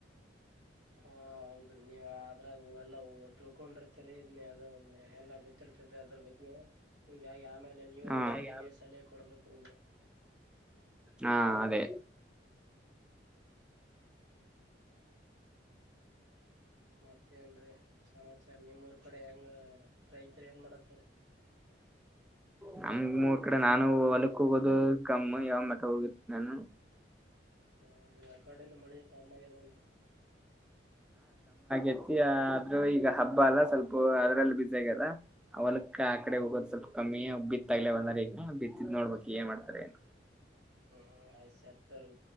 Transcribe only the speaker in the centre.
ಹೀಗಾಗಿ
ಹಾ ಅದೇ
ನಮ್ ಮೂರ ಕಡೆ ನಾನು ಹೊಲಕ್ ಹೋಗೋದು ಕಮ್ಮ ಯಾವ ಮಠ ಹೋಗಿತಿ ನಾನು
ಎತ್ತಿ ಆದ್ರೂ ಈಗ ಹಬ್ಬ ಅಲ್ಲ ಸ್ವಲ್ಪ ಅದ್ರಲ್ಲಿ ಬಿಸಿ ಆಗ್ಯಾರ ಹೊಲಕ್ಕ ಆ ಕಡೆ ಹೋಗೋದು ಸ್ವಲ್ಪ ಕಮ್ಮಿ ಬಿತ್ತಾಗ್ಲ ಒಂದ್ರ ಈಗ ಬಿತ್ತಿದ್ ನೋಡ್ಬೇಕಕ್ ಏನ್ ಮಾಡ್ತಾರೆ ಏನು